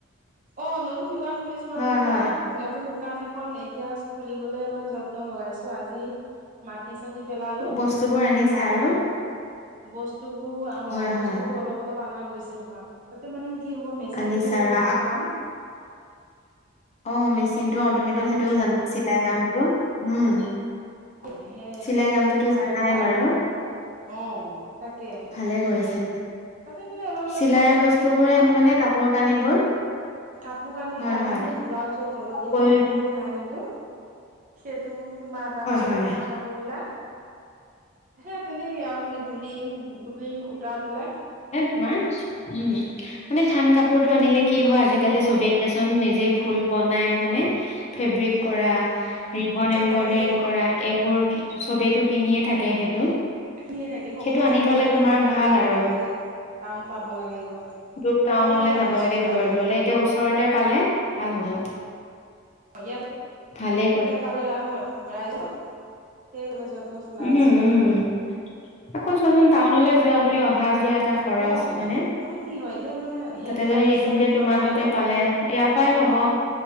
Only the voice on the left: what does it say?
হয়,
হয়,
বস্তুবোৰ আনিছা
আৰু
হয়,
হয়।
আনিছা আৰু
অ'মেচিনটো অ' তুমিতো
সেইটোও জানা চিলাই কামটো! উম
চিলাই
কামটোতো
জানাই
বাৰু
ভালে কৰিছা দিয়া।
চিলাইৰ
বস্তুবোৰে
আনি মানে কাপোৰ কানিবোৰ
হয়,
হয়।
হয়
হয়।
তমাৰ উম, মানে থান কাপোৰটো আনিলে কি হয় আজিকালি চবেইচোন
নিজে ফুল বনাই হয়নে? ফেব্ৰিক কৰা, ৰিবন এম্ব্ৰইডাৰিং
কৰা এইবোৰ চবেইেতটো কিনিয়ে থাকে সেইটো।
সেইটো আনি
থলে
তোমাৰ
ভাল
আৰু
দূ
টাউনলৈ
যাব লাগে
দূৰ দূৰলে। এতিয়া ওচৰতে পালে ভাল হ'ব!
ভালে
উম
উম আকৌ চোৱাচোন টাউনলৈ যোৱা বুলি অহা যোৱা এটা খৰচ
হয়নে,
তাতে
যদি
এইখিনিতে
তোমাৰ
তাতে পালে, ইয়াৰ পৰাই
লব।